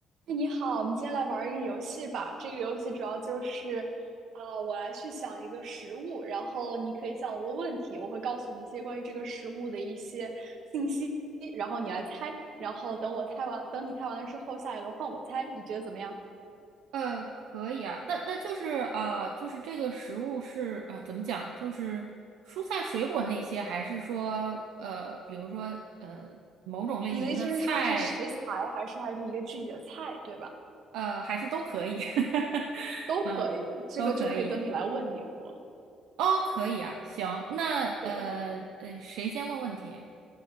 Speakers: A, on the right; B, on the right.
A: 哎，你好，我们今天来玩儿一个游戏吧。这个游戏主要就是，呃，我来去想一个食物，然后你可以向我问问题，我会告诉你一些关于这个食物的一些信息，然后你来猜。然后等我猜完，等你猜完了之后，下一轮换我猜，你觉得怎么样？
B: 呃，可以啊，那那就是呃，就是这个食物是呃，怎么讲？就是蔬菜水果那些，还是说呃，比如说呃，某种类型的菜，
A: 你的意思是它是食材，还是它是一个具体的菜，对吧？
B: 呃，还是都可以，<laughs>
A: 都可以，
B: 嗯，
A: 这个就可以等你来问你我。
B: 都可以。哦，可以啊，行，那呃呃，
A: 对，
B: 谁先问问题？